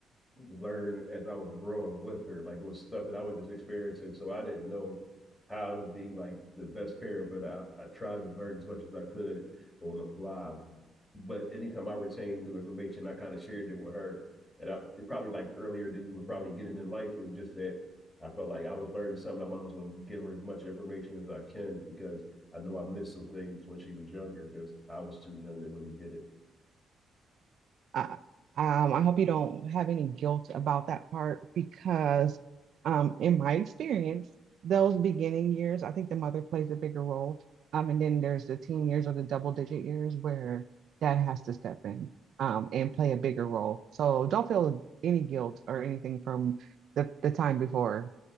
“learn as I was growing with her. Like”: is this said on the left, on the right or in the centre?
Left